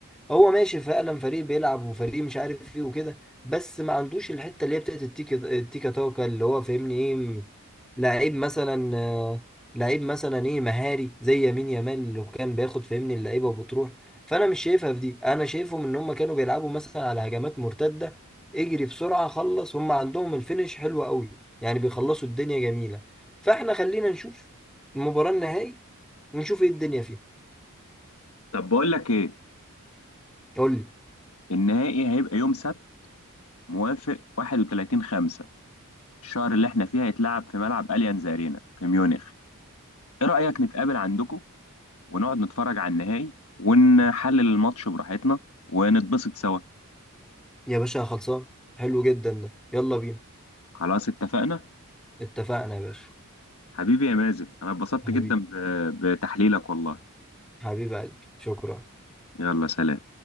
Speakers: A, in the centre; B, on the left.
A: هو ماشي فعلا فريق بيلعب وفريق مش عارف ايه وكده بس ما عندوش الحته اللي هي بتاعت التيكا التيكا تاكا اللي هو فاهمني ايه م- لعيب مثلا آه، لعيب مثلا ايه مهاري زي يمين يامال اللي كان بياخد فاهمني اللعيبه وبتروح فانا مش شايفها في دي انا شايفهم ان هم كانوا بيلعبوا مثلا على هجمات مرتده اجري بسرعه خلص هم عندهم الفينش حلو قوي يعني بيخلصوا الدنيا جميله فاحنا خلينا نشوف المباراه النهائي ونشوف ايه الدنيا فيها
B: طب بقول لك ايه
A: قول لي
B: النهائي هيبقى يوم سبت موافق 31 5 الشهر اللي احنا فيه هيتلعب في ملعب أليانز أرينا في ميونخ ايه رأيك نتقابل عندكم ونقعد نتفرج على النهائي ونحلل الماتش براحتنا ونتبسط سوا
A: يا باشا خلصان حلو جدا ده يلا بينا
B: خلاص اتفقنا
A: اتفقنا يا باشا
B: حبيبي يا مازن انا اتبسطت
A: حبيبي
B: جدا ب- بتحليلك والله
A: حبيب قلبي شكرا
B: يلا سلام